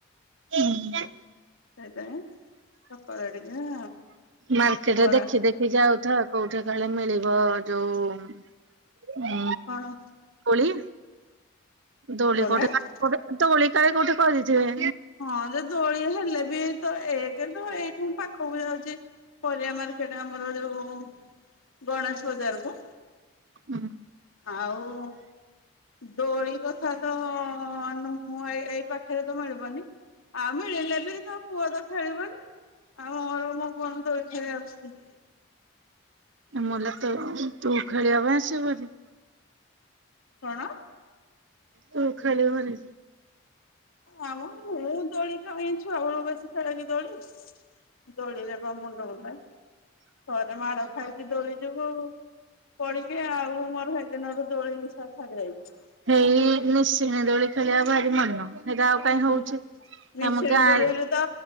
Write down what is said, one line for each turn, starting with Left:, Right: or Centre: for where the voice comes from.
Right: <unintelligible>
Left: ସେଇଥି ପାଇଁ ସକାଳୁ ଆ ଟିକେ।
Right: ମାର୍କେଟରେ
Left: ବରା
Right: ଦେଖି ଦେଖି ଯାଉଥା କୋଉଠି କାଳେ ମିଳିବ ଯୋଉ ଉଁ
Left: କଣ?
Right: କୋଳି? ଦୋଳି
Left: କଣ
Right: କୋଠି <unintelligible>
Left: ଟା
Right: ଦୋଳିି କାଇଁ କୋଉଠି କରିଛେ।
Left: ହଁ ଯେ ଦୋଳି ହେଲେ ବି ତ ଏକେରେ ତ ଏଇଠୁ ପାଖକୁ ଯାଉଛି। ପାରିବା ମାର୍କେଟ ଆମର ଯୋଉ। ଗଣେଶ ବଜାର କୁ
Right: ହୁଁ
Left: ଆଉ ଦୋଳି କଥା ତ ନୁହଁ ଏ ଏଇ ପାଖରେ ତ ମିଳିବନି। ଆଉ ମିଳିଲେ ବି ତୋ ପୁଅ ତ ଖେଳିବନି ଆଉ ମୋର ମୁଁ କଣ ଦୋଳି ଖେଳି ଆସିଛି।
Right: ମଲା ତୁ ତୁ ଖେଳିିବା ପାଇଁ ଆସିବୋନି?
Left: କଣ?
Right: ତୁ ଖାଳି ମନି
Left: ଆଉ ମୁଁ ଦୋଳି ଖେଳିବିନି ଛୁଆ ବେଳକୁ ବେଶି ଖ କି ଦୋଳି। ଦୋଳିରେ ବା ମୁଣ୍ଡ ମୁୁଣ୍ଡା ଥରେ ମାଡ ଖାଇକି ଦୋଳି ଯୋଗୁ। ପଡିକି ଆଉ ମୋର ସେଇଦିନରୁ ଦୋଳି ମିଶା ଛାଡି ଯାଇଛି।
Right: ହେଇ ନିଶୀନି ଦୋଳି ଖେଳିବାକୁ ଭାରି ମନ ହେଇଟା ଆଉ। କାହିଁ ହଉଛି।
Left: ହଁ ନିଶିନୀ
Right: ଆମ ଗାଁରେ
Left: ଧୋଳି ରେ ତ